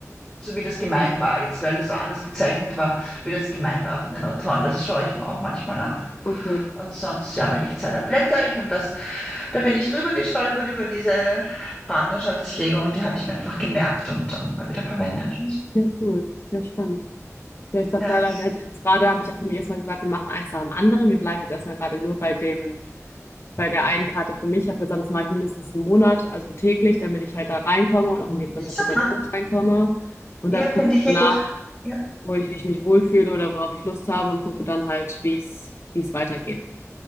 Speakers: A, in the centre; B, on the left (about 45°).
A: so wie das gemeint war jetzt, weil es so anders gezeichnet war, wie das gemeint war von den Autoren. Das schaue ich mir auch manchmal an.
B: okay.
A: Und sonst, ja, wenn ich Zeit habe, blätter ich und das, da bin ich drüber gestolpert über diese Partnerschaftslegung und die habe ich mir einfach gemerkt und dann mal wieder verwendet und so.
B: Ja, cool. Ja, spannend. Ja, ich glaube,
A: Ja,
B: da habe jetzt gerade habe ich auch für mich erstmal gesagt, wir machen eins nach dem anderen. Wir bleiben jetzt erstmal gerade nur bei dem, bei der einen Karte für mich. Ich habe gesagt, das mache ich mindestens einen Monat, also täglich, damit ich halt da reinkomme und auch in die Interpretation
A: super.
B: reinkomme. Und
A: Ja,
B: dann gucke
A: finde
B: ich
A: ich
B: danach,
A: eh gut. Ja,
B: wo ich, wie ich mich wohlfühle oder worauf ich Lust habe und gucke dann halt, wie es, wie es weitergeht.